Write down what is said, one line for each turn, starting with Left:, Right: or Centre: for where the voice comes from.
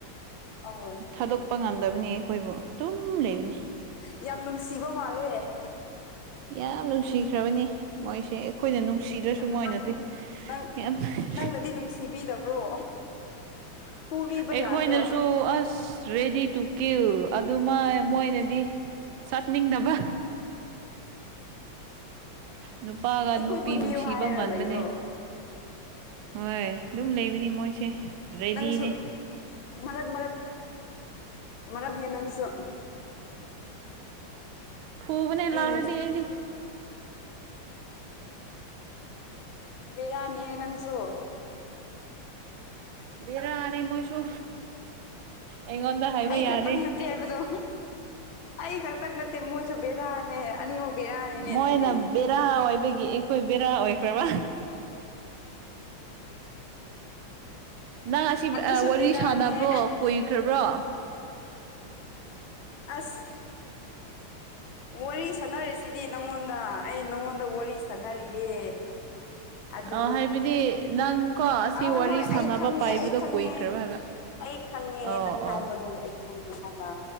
Left: ꯑꯍꯣꯏ
Right: ꯊꯥꯗꯣꯛꯄ ꯉꯝꯗꯕꯅꯤ ꯑꯩꯈꯣꯏꯕꯨ ꯑꯗꯨꯝ ꯂꯩꯕꯅꯤ
Left: ꯌꯥꯝ ꯅꯨꯡꯁꯤꯕ ꯃꯥꯜꯂꯦ
Right: ꯌꯥꯝ ꯅꯨꯡꯁꯤꯈ꯭ꯔꯕꯅꯤ ꯃꯣꯏꯁꯦ ꯑꯩꯈꯣꯏꯅ
Left: ꯎꯝ
Right: ꯅꯨꯡꯁꯤꯗ꯭ꯔꯁꯨ
Left: ꯑꯗꯨ
Right: ꯃꯣꯏꯅꯗꯤ
Left: ꯅꯪꯁꯨ ꯅꯪ
Right: ꯌꯥꯝ ꯅꯨꯡ
Left: ꯅꯪꯅꯗꯤ ꯅꯨꯡꯁꯤꯕꯤꯗꯕ꯭ꯔꯣ ꯐꯨꯕꯤꯕ
Right: ꯑꯩꯈꯣꯏꯅꯁꯨ
Left: ꯌꯥꯗ꯭ꯔꯣ
Right: ꯑꯁ ꯔꯦꯗꯤ ꯇꯨꯀꯤꯜ ꯑꯗꯨꯃꯥ ꯃꯣꯏꯅꯗꯤ ꯆꯠꯅꯤꯡꯗꯕ ꯅꯨꯄꯥꯒ
Left: ꯑꯩꯈꯣꯏꯕꯨ
Right: ꯅꯨꯄꯤ ꯅꯨꯡꯁꯤꯕ
Left: ꯅꯤꯌꯨ ꯍꯥꯏꯔꯒ
Right: ꯃꯥꯟꯕꯅꯦ
Left: ꯂꯩꯕ꯭ꯔꯣ
Right: ꯍꯣꯏ ꯑꯗꯨꯝ ꯂꯩꯕꯅꯤ ꯃꯣꯏꯁꯦ ꯔꯦꯗꯤꯅꯦ
Left: ꯅꯪꯁꯨ ꯃꯔꯛ ꯃꯔꯛ ꯃꯔꯛꯍꯦ ꯅꯪꯁꯨ
Right: ꯐꯨꯕꯅꯦ
Left: ꯃꯤ
Right: ꯂꯥꯥꯎꯔꯗꯤ ꯑꯩꯗꯤ
Left: ꯚꯦꯔꯥꯅꯤꯍꯦ ꯅꯪꯁꯨ
Right: ꯚꯦꯔꯥꯅꯤ ꯃꯣꯏꯁꯨ ꯑꯩꯉꯣꯟꯗ ꯍꯥꯏꯕ
Left: ꯑꯩ
Right: ꯌꯥꯗꯦ
Left: ꯈꯛꯇꯪ ꯅꯠꯇꯦ ꯍꯥꯏꯕꯗꯣ ꯑꯩ ꯈꯛꯇꯛ ꯅꯠꯇꯦ ꯃꯣꯏꯁꯨ ꯕꯦꯔꯥꯅꯦ ꯑꯅꯤꯃꯛ ꯕꯦꯔꯥꯅꯤꯅꯦ
Right: ꯃꯣꯏꯅ
Left: ꯑꯗꯨꯗꯤ
Right: ꯕꯦꯔꯥ ꯑꯣꯏꯕꯒꯤ ꯑꯩꯈꯣꯏ ꯕꯦꯔꯥ ꯑꯣꯏꯈ꯭ꯔꯕ ꯅꯪ ꯑꯁꯤ
Left: ꯑꯗꯨꯁꯨ
Right: ꯋꯥꯔꯤ
Left: ꯕꯦꯔꯥꯅꯤꯍꯦ
Right: ꯁꯥꯟꯅꯕ꯭ꯔꯣ ꯀꯨꯏꯈ꯭ꯔꯕ꯭ꯔꯣ
Left: ꯑꯁ
Right: <inaudible>
Left: ꯋꯥꯔꯤ ꯁꯥꯟꯅꯔꯦꯁꯤꯗꯤ ꯅꯪꯉꯣꯟꯗ ꯑꯩ ꯅꯪꯉꯣꯟꯗ ꯋꯥꯔꯤ ꯁꯥꯟꯅꯔꯤꯌꯦ ꯑꯗꯨ
Right: ꯑ ꯍꯥꯏꯕꯗꯤ ꯅꯪ ꯀꯣ ꯑꯁꯤ
Left: ꯑ ꯍꯣꯏ
Right: ꯋꯥꯔꯤ
Left: ꯍꯣꯏ
Right: ꯁꯥꯟꯅꯕ
Left: ꯑꯩ ꯈꯪꯉꯦ
Right: ꯄꯥꯏꯕꯗꯣ
Left: ꯑꯩ ꯈꯪꯉꯦ
Right: ꯀꯨꯏꯈ꯭ꯔꯕ ꯍꯥꯏꯕ
Left: ꯑꯩ ꯈꯪꯉꯦ
Right: ꯑꯣ
Left: ꯅꯪ ꯍꯥꯏꯕꯗꯣ
Right: ꯑꯣ
Left: ꯑꯩ ꯈꯪꯉꯦ ꯍꯥꯏꯕ